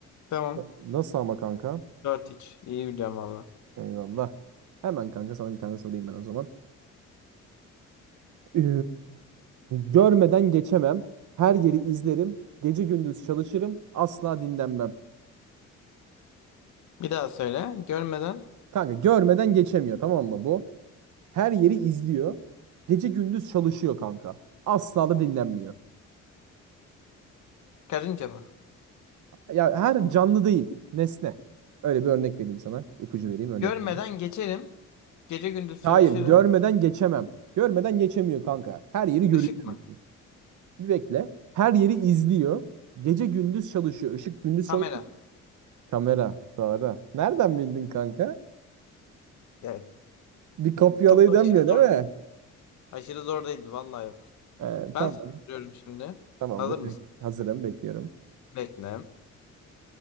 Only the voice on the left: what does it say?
Tamam.
dört iç İyi biliyorum valla.
Bir daha söyle. Görmeden.
Karınca mı?
Görmeden
geçerim. Gece gündüz
çalışırım.
Işık mı?
Kamera.
Evet.
Çok da aşırı
zor.
Aşırı zor değildi. Valla yok.
Ben
sana soruyorum şimdi.
Hazır mısın?
Bekle.